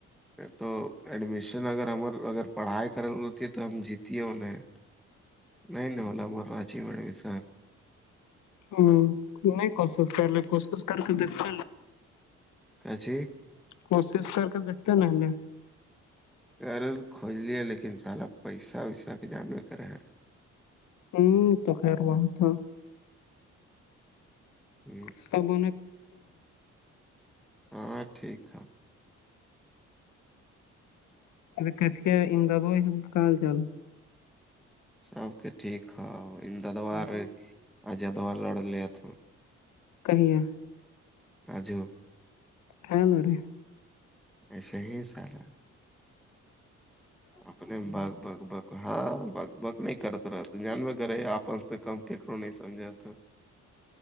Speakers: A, in the centre; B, on the left (about 80°).
A: تو ایڈمیشن اگر ہم اگر پڑھائی کر ہوتی ہے تو ہم جیتیے انہیں نہیںائ نہیں واللا م راچی مڑے بھیسن
B: ہ نہیں کوشش کر ل کوشش کر کے دھ
A: کیسی
B: کوشش کر کے دیکھتے نہیںے
A: گھر کھول ل ہے لیکن ان شاء الا پیسہ ویسہ کے جانورے کرے ہیں
B: ہوں تو خیروول تھا
A: ہ
B: سب
A: ہاں ٹھیک ہے
B: کچ امداد سب کہال چال
A: سب کے ٹھیک ہے ادادار عجدوار لڑ لیے تھ
B: کہ ہے
A: آجو
B: ک آل رے
A: ایسا ہی سارا اپنے بگ بگ بگ ہاں بگ بگ نہیں کرتا رہتا جان وغیرہ اپ س کم کیکوں نہیں سمجھات تھا